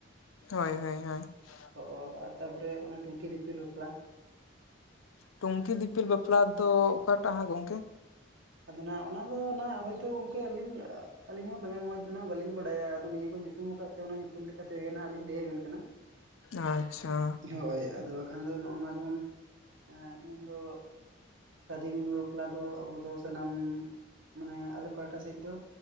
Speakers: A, on the left (about 80°); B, on the right (about 70°).
A: ᱦᱳᱭ ᱦᱳᱭ ᱦᱳᱭ ᱾
B: ᱚ ᱟᱨ ᱛᱟᱨ ᱯᱚᱨᱮ ᱚᱱᱟ ᱴᱩᱝᱠᱤ ᱫᱤᱯᱤᱞ ᱵᱟᱯᱞᱟ ᱾
A: ᱴᱩᱝᱠᱤ ᱫᱤᱯᱤᱞ ᱵᱟᱯᱞᱟ ᱫᱚ ᱚᱠᱟᱴᱟᱜ ᱦᱟᱸᱜ ᱜᱚᱝᱠᱮ ᱾
B: ᱟᱫᱚ ᱱᱟᱜ ᱚᱱᱟ ᱫᱚ ᱱᱟᱜ ᱦᱳᱭᱛᱳ ᱜᱚᱝᱠᱮ ᱟᱹᱞᱤᱧ <inaudible> ᱟᱹᱞᱤᱧ ᱦᱚᱸ ᱫᱚᱢᱮ ᱢᱚᱡᱽ ᱫᱚ ᱱᱟᱜ ᱵᱟᱹᱞᱤᱧ ᱵᱟᱲᱟᱭᱟ ᱟᱫᱚ ᱱᱤᱭᱟᱹ ᱠᱚ ᱧᱩᱛᱩᱢ ᱠᱟᱫ ᱛᱮ ᱚᱱᱟ ᱧᱩᱛᱩᱢ ᱞᱮᱠᱟ ᱛᱮᱜᱮ ᱱᱟᱦᱟᱜ ᱞᱤᱧ ᱞᱟᱹᱭ ᱟᱵᱮᱱ ᱠᱟᱱᱟ ᱾
A: ᱟᱪᱪᱷᱟ ᱾
B: ᱦᱳᱭ ᱟᱫᱚ ᱵᱟᱠᱷᱟᱱ ᱫᱚ ᱱᱚᱜᱼᱚ ᱱᱚᱣᱟ ᱡᱮᱢᱚᱱ ᱢᱮᱱᱫᱚ ᱥᱟᱫᱷᱤᱱ ᱵᱟᱯᱞᱟ ᱫᱚ ᱟᱵᱚ ᱫᱚ ᱥᱟᱱᱟᱢ ᱢᱟᱱᱮ ᱟᱞᱮ ᱯᱟᱦᱟᱴᱟ ᱥᱮᱡ ᱫᱚ